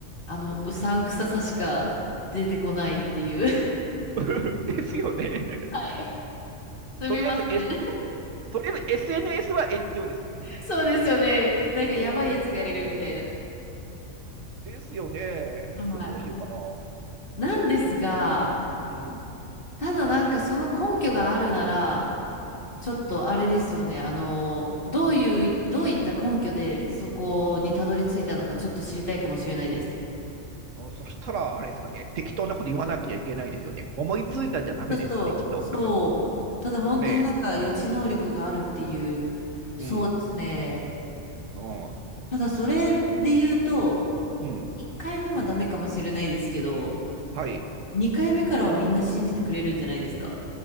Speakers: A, on the left (about 45°); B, on the right (about 85°).
A: あの、うさんくささしか出てこないっていう。
B: うん <laughs> ですよね。
A: <laughs> はい。<laughs> すみません。
B: とりあえず、S、とりあえず SNS は炎上ですよね。
A: <laughs> そうですよね。なんかやばいやつがいるみたいな。
B: うん。うんですよね。
A: はい
B: ちょっとどうしようかな。
A: なんですが、
B: うん。
A: ただなんかその根拠があるなら、
B: うん。
A: ちょっとあれですよね。あの、どういう、どういった根拠でそこにたどり着いたのかちょっと知りたいかもしれないです。
B: あそしたら、あれですかね。適当なこと言わなきゃいけないですよね。思いついたじゃダメですよね、
A: そうそう、
B: きっと。
A: そう。ただ本当になんか予知能力があるっていう、
B: ね
A: そうですね。
B: え。うん。うん。
A: ただそれで言うと、
B: うん。
A: 1回目はダメかもしれないですけど、
B: はい。
A: 2回目からはみんな信じてくれるんじゃないですか。